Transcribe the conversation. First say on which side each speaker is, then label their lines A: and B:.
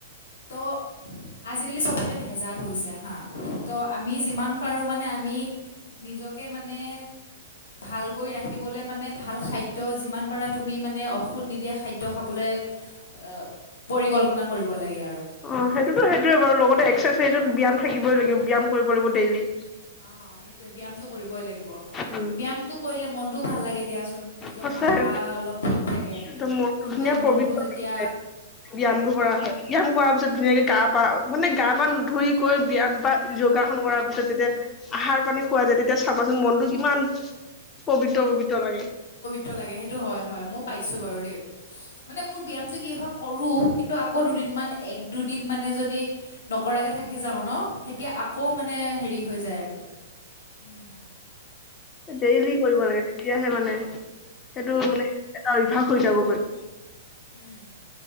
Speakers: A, on the left (about 75°); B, on the left (about 25°).
A: ত' আজিকালি চবতে ভেজাল হৈছে হা, ত' আমি যিমান পাৰো মানে আমি নিজকে মানে ভালকৈ ৰাখিবলৈ মানে ভাল খাদ্য যিমান পাৰা তুমি মানে ঔষধ নিদিয়া খাদ্য খাবলৈ আহ পৰিকল্পনা কৰিব লাগে আৰু।
B: অঁ সেইটোতো সেইটোৱে বাৰু লগতে এক্সাৰচাইজত ব্যায়াম থাকিবই লাগিব ব্যায়াম কৰিব লাগিব ডেইলি।
A: অ' সেইটোয়ে ব্যায়ামটো বৈ লাগিব।
B: উম
A: তো ভাল লাগে দিয়াচোন। নিজৰ
B: সঁচাই
A: মাথা অলপ ঠিক থাকে,
B: একদম মনটো
A: তুিমি
B: ধুনীয়া
A: মনটো
B: পবিত্ৰ
A: যেতিয়া
B: লাগি যায়। ব্যায়ামটো কৰা হয় ব্যায়াম কৰাৰ পিছত ধুনীয়াকে গা পা মানে গা পা ধুই কৰি ব্যায়াম বা যোগাসন কৰাৰ পিছত যেতিয়া আহাৰ পানী খোৱা যায় তেতিয়া চাবাচোন মনটো কিমান পবিত্ৰ পবি ত, লাগে।
A: ত, লাগে সেইটো হয়, হয় মই পাইছোঁ বাৰু দেই। মানে মোৰ ব্যায়ামটো কি হয় কৰোঁ, কিন্তু আকৌ দুদিনমান এক দুদিন মানে যদি নকৰাকে থাকি যাওঁ ন, তেতিয়া আকৌ মানে হেৰি হৈ যায় আৰু উম।
B: ডেইলি কৰিব লাগে তেতিয়া হে, মানে সেইটো মানে অভ্যাস হৈ, যাবগৈ।
A: উম,